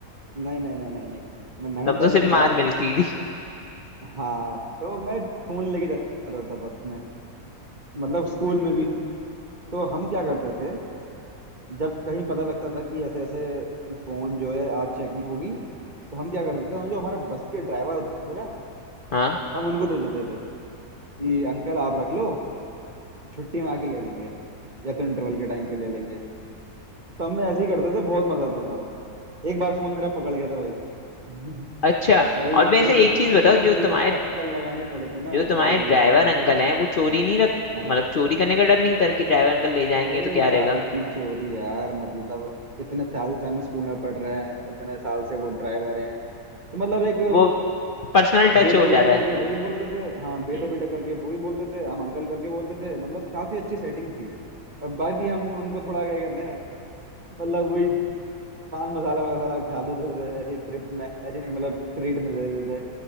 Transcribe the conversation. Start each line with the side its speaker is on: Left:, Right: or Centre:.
Right: नहीं नहीं नहीं नहीं नहीं मैं नाइन
Left: तब
Right: टेन
Left: तो सिर्फ
Right: में था
Left: मार मिलती थी
Right: हाँ तो मैं फोन लेके जाता था बस में मतलब स्कूल में भी तो हम क्या करते थे जब कहीं पता लगता था कि ऐसे ऐसे कि फोन जो है आज चेकिंग होगी तो हम क्या करते थे हम जो हमारा बस के ड्राइवर होते थे ना
Left: हाँ
Right: हम उनको दे देते थे कि अंकल आप रख लो छुट्टी में आके ले लेंगे या तो इंटरवल के टाइम पे ले लेंगे तो हम ऐसे ही करते थे बहुत मजा आता था एक बार फोन मेरा पकड़ गया था भाई <laughs>
Left: अच्छा
Right: भाई
Left: और वैसे
Right: फिर
Left: एक चीज
Right: फिर
Left: बताओ
Right: जब मुझे
Left: जो तुम्हारे
Right: चक्कर लगाने पड़े थे ना
Left: जो तुम्हारे
Right: भाई
Left: ड्राइवर
Right: मैं तुम्हें
Left: अंकल
Right: क्या
Left: हैं
Right: बताऊं
Left: वो चोरी
Right: हाँ
Left: नहीं रख
Right: हाँ
Left: मतलब
Right: हाँ।
Left: चोरी करने का डर नहीं था कि ड्राइवर अंकल ले जाएंगे
Right: अरे
Left: तो क्या रहेगा
Right: काहे की चोरी यार मतलब इतने साल से हम स्कूल में पढ़ रहे हैं इतने साल से वो ड्राइवर हैं तो मतलब एक
Left: वो पर्सनल टच
Right: बेटा
Left: हो
Right: बेटा
Left: जाता
Right: करके
Left: है
Right: वो ही बोलते थे हाँ बेटा
Left: हम्म,
Right: बेटा करके वो ही बोलते थे हम अंकल करके बोलते थे मतलब काफी अच्छी सेटिंग थी और बाकी हम उनको थोड़ा क्या कहते हैं मतलब वही पान मसाला वसाला डाल देते थे ऐसी ट्रिप में ऐसे मतलब ट्रीट में दे देते थे